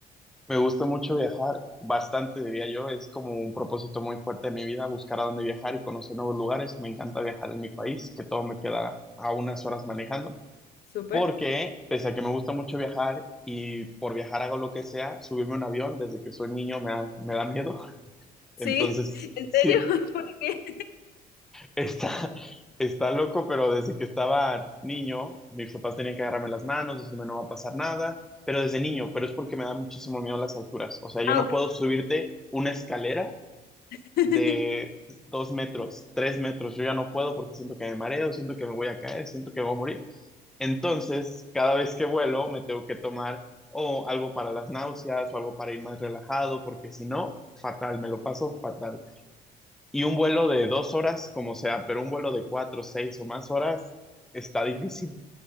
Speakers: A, in the centre; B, on the left (about 65°).
A: Me gusta mucho viajar, bastante diría yo, es como un propósito muy fuerte de mi vida, buscar a dónde viajar y conocer nuevos lugares. Me encanta viajar en mi país, que todo me queda a unas horas manejando,
B: Súper.
A: porque pese a que me gusta mucho viajar y por viajar hago lo que sea, subirme a un avión desde que soy niño me da, me da miedo. <laughs>
B: Sí,
A: Entonces,
B: ¿en
A: sí,
B: serio? <laughs> ¿Por qué?
A: Está, está loco, pero desde que estaba niño, mis papás tenían que agarrarme las manos, decirme no va a pasar nada, pero desde niño, pero es porque me da muchísimo miedo las alturas. O sea, yo
B: Ah,
A: no
B: ok.
A: puedo subirte una escalera
B: <laughs>
A: de dos metros, tres metros, yo ya no puedo porque siento que me mareo, siento que me voy a caer, siento que me voy a morir. Entonces, cada vez que vuelo, me tengo que tomar o algo para las náuseas o algo para ir más relajado, porque si no, fatal, me lo paso fatal. Y un vuelo de dos horas, como sea, pero un vuelo de cuatro, seis o más horas está difícil.